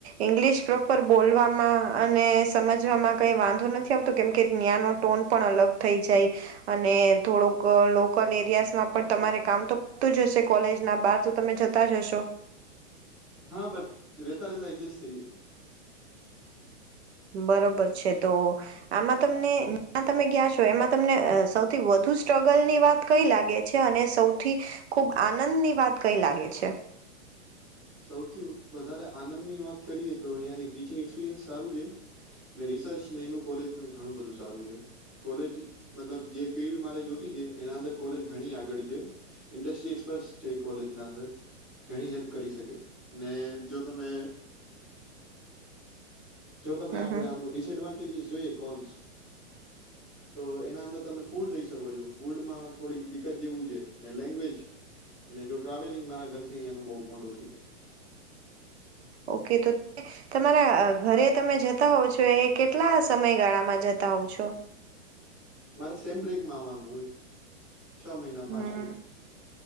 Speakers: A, on the right; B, on the right.
A: ઈંગ્લિશ પ્રોપર બોલવામાં અને સમજવામાં કઈ વાંધો નથી આવતો કેમ કે, ન્યાનો ટોન પણ અલગ થઈ જાય અને થોડોક લોકલ એરિયાઝમાં પણ તમારે કામ તો તું જ હશે. કોલેજના બાર તો તમે જતા જ હશો. તો
B: હા, બટ રેતા રેતા એડજસ્ટ થઈ જાય
A: બરોબર છે. તો આમાં તમને જ્યાં તમે ગયા છો એમાં તમને સૌથી વધુ સ્ટ્રગલની વાત કઈ લાગે છે અને સૌથી ખૂબ આનંદની વાત કઈ લાગે છે?
B: સૌથી વધારે આનંદની વાત કરીએ તો અઈયાની ટીચિંગ એક્સપિરિયન્સ સારું છે ને રિસર્ચ ને એનું કોલેજનું ઘણું બધું સારું છે, કોલેજ મતલબ જે ફિલ્ડ મારે જોતી છે એના અંદર કોલેજ ઘણી આગળ છે, ઇન્ડસ્ટ્રી એસપરર્સ છે કોલેજનાં અંદર ઘણી હેલ્પ કરી શકે ને જો તમે જો તમે
A: હમ
B: આપડે
A: હમ
B: આનું ડિસએડવાન્ટેજીસ જોઈએ કોન્સ તો એના અંદર તમે ફૂડ લઈ શકો છો, ફૂડમાં થોડી દિકકત જેવું છે ને લેંગ્વેજ ને જો ટ્રાવેલિંગ મારા ઘરથી અંયાનું બઉ મોટો થઈ જાય
A: ઓ કે તો તમારા ઘરે તમે જતા હોવ છો એ કેટલા સમયગાળામાં જતા હોવ છો?
B: મારે સેમ બ્રેકમાં આવવાનું હોય. છ મહિના
A: હમ્મ,
B: પાંચ મહિના